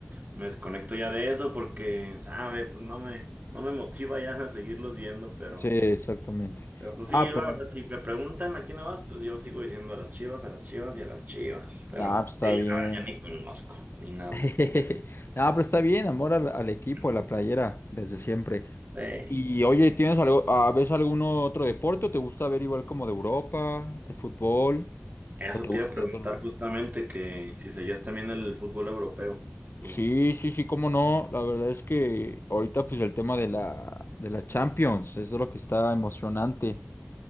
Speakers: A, on the right; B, on the left.
A: me desconecto ya de eso porque, sabe, pues no me, no me motiva ya <laughs> a seguirlos viendo, pero...
B: sí, exactamente.
A: Pero pues sí,
B: Ah,
A: yo
B: pero,
A: la verdad, si me preguntan a quién le vas, pues yo sigo diciendo a las Chivas, a las Chivas y a las Chivas. Pero
B: ah, pues está
A: sí,
B: bien.
A: la verdad, ya ni conozco, ni nada.
B: <laughs> Ah, pero está bien, amor al, al equipo,
A: <clears throat>
B: a la playera, desde siempre.
A: Sí.
B: Y oye, ¿tienes algo, ah, ves algún otro deporte o te gusta ver igual como de Europa, el fútbol?
A: Eso
B: ¿O te
A: te
B: gusta
A: iba a preguntar
B: otro?
A: justamente que si seguías también el fútbol europeo, tú.
B: Sí, sí, sí, cómo no. La verdad es que ahorita pues el tema de la, de la Champions, eso es lo que está emocionante.